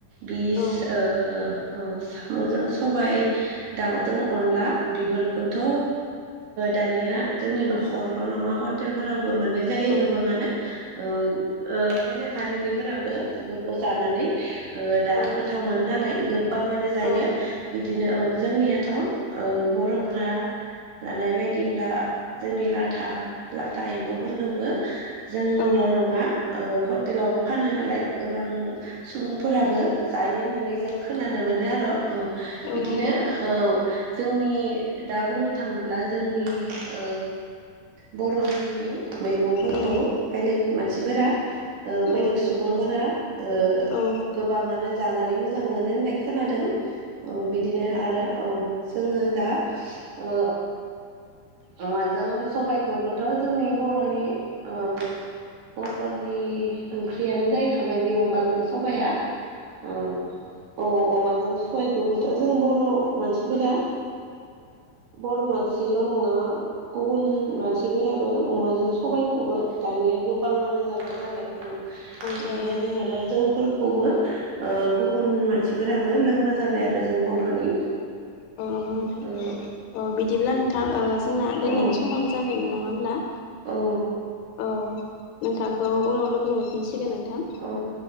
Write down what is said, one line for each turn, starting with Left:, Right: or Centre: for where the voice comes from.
Right: बिस
Left: औ
Right: ओ औ साम'जों सबाय दाउजों अनला बेफोरखौथ' ओ दानिया जोंनि न'खरल' नङा हटेलफोराव बो मोननाय जायो
Left: औ
Right: गोबाङानो औ ओ बेलेग हारिनिबो फोराबो बेफोरखौ जानानै ओ दा
Left: औ
Right: गोथाव मोनो नालाय गो गबाङानो जायो
Left: औ नंगौ औ
Right: बिदिनो औ जोंनियाथ' ओ बर'फोरा लानाय बायदिब्ला जोंनि लाथा लाथा एम्फौफोरखौबो जोंल'
Left: औ
Right: नङा ओ हटेलावबो फानो नालाय गोबां सुबुंफोराबो जायो होननानै जों खोनानो मोनो आरो' औ
Left: नंगौ औ
Right: बिदिनो
Left: नंगौ
Right: औ जोंनि दा बुंनो थाङोब्ला जोंनि ओ बर' हारि हारिनि मैगंफोरखौ
Left: औ
Right: बेलेग मानसिफोरा ओ
Left: औ
Right: बेलेग सुबुंफोरा ओ
Left: औ
Right: गोबाङानो जानानै मोजां मोनो होननाय खोनादों औ बिदिनो आरो औ जोङो दा ओ अमाजों सबायखौबोथ' जोंनि बर'नि ओ बर'नि ओंख्रियानो जाहैखाबाय बे अमाजों सबाया अ औ अमाजों सबायखौबोथ' जों बर' मानसिफोरा बर' मानसिल' नङा गुबुन मानसिफोराबो अमाजों सबाय दानिया गोबाङानो जाग्रा जाबाय औ बिदिनो
Left: जायो
Right: आरो जौ खौबो ओ गुबुन मानसिफोराबो लोंग्रा जाबाय आरो जों बर'नि
Left: औ नंगौ नोंथां
Right: औ
Left: औ बिदिब्ला नोंथां ओ जोंना दोननायनि
Right: औ
Left: समाबो जाबायमोन नङा होमब्ला
Right: औ
Left: औ नोंथांखौ उनाव लोगो मोनफिनसिगोन नोंथां
Right: औ